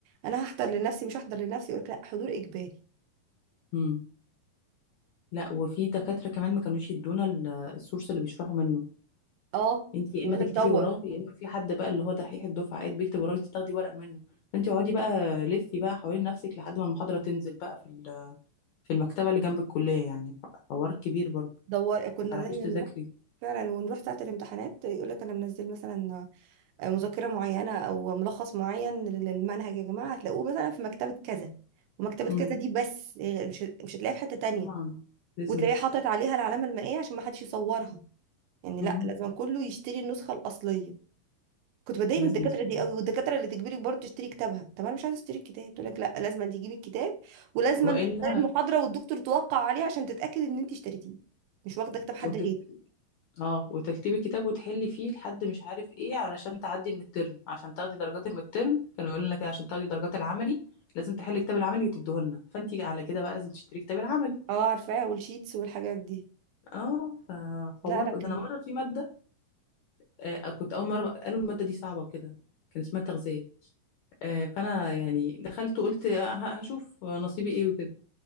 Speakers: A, on the right; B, on the left.
A: انا هحضر لنفسي مش هحضر لنفسي يقول لك لا حضور اجباري
B: مم. لا وفي دكاترة كمان ما كانوش يدونا ال- السورس اللي بيشرحوا منه
A: اه
B: انت يا
A: يقول
B: اما تكتبي
A: لك دور
B: وراه يا اما في حد بقى اللي هو دحيح الدفعه قاعد بيكتب وراه انت تاخدي ورق منه فانت اقعدي بقى لفي بقى حوالين نفسك لحد ما المحاضرة تنزل بقى في ال- في المكتبة اللي جنب الكلية يعني حوار كبير برضه
A: دور كنا
B: ما تعرفيش
A: دايما
B: تذاكري
A: نروح فعلا ونروح ساعة الامتحانات يقول لك انا منزل مثلا مذكرة معينة أو ملخص معين للمنهج يا جماعة هتلاقوه مثلا في مكتبة كذا ومكتبة
B: امم
A: كذا دي بس غير- مش مش هتلاقيها في حتة تانية
B: طبعا بيزنس
A: وتلاقيه حاطط عليها العلامة المائية عشان ما حدش يصورها يعني لا
B: امم
A: لازم كله يشتري النسخة الأصلية كنت بتضايق
B: بيزنس
A: من الدكاترة دي
B: والله
A: قوي والدكاترة اللي تجبرك برضه تشتري كتابها طب أنا مش عايزة أشتري الكتاب تقول لك لا لازم تجيبي الكتاب ولازم
B: والا
A: تختاري المحاضرة والدكتور توقع عليها عشان تتأكد إن أنت اشتريتيه مش واخدة كتاب حد
B: هت...
A: غيري
B: اه وتكتبي كتاب وتحلي فيه لحد مش عارف ايه علشان تعدي المترم عشان تاخدي درجات المترم كانوا يقولوا لنا كده عشان تاخدي درجات العملي لازم تحلي كتاب العملي وتديه لنا فانت على كده بقى لازم تشتري كتاب العملي
A: اه عارفاها والشيتس والحاجات دي
B: اه فحوار
A: لا لا
B: بقى.
A: كان
B: ده انا مره في ماده آه كنت اول مره بقى- قالوا الماده دي صعبه وكده كان اسمها تغذيه آه فانا يعني دخلت وقلت ه- هشوف نصيبي ايه وكده